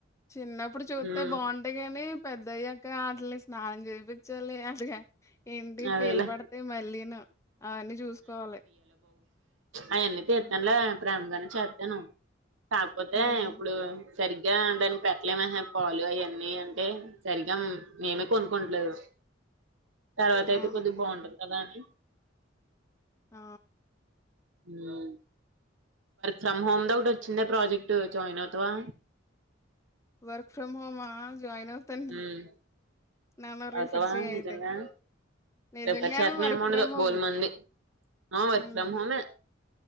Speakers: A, on the left; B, on the right.
A: చిన్నప్పుడు చుతే
B: ఉమ్
A: బాగుంటయిగా నీ పెద్ద అయ్యాక వాటిలిన్ని స్నానం చేపించాలి అట్లగా ఏంటి
B: అదేలే
A: పేలు పడితే మళ్ళీను అవన్నీ చూసుకోవాలి
B: అవన్నీ తీతానులే
A: హ్మ్.
B: ప్రేమంగానే చేతాను కాకపోతే
A: హ్మ్.
B: ఇప్పుడు సరిగ్గా దానికి పెట్టలేమా పాలు అవన్నీ అంటే సరిగ్గా మేమే కొనుక్కంలేదు తర్వాత
A: అవును.
B: అయితే కొద్ది బాగుంటుంది కదా అని
A: ఆ
B: హమ్ తమ్ హోమ్ ది ఒకటి వచ్చిందే ప్రాజెక్ట్ జాయిన్ అవుతావా
A: వర్క్ ఫ్రమ్ హోమా జాయిన్ అవుతాన్ నేను
B: ఉమ్
A: నన్ను రెఫెర్
B: అవుతావా
A: చెయ్
B: నిజంగా
A: అయితే నిజంగానే
B: రిఫర్ చేతన
A: వర్క్
B: ఏమి ఉండదు
A: ఫ్రొం హోమ్
B: బోలు మంది ఆ వర్క్
A: హ్మ్
B: ఫ్రమ్ హోమే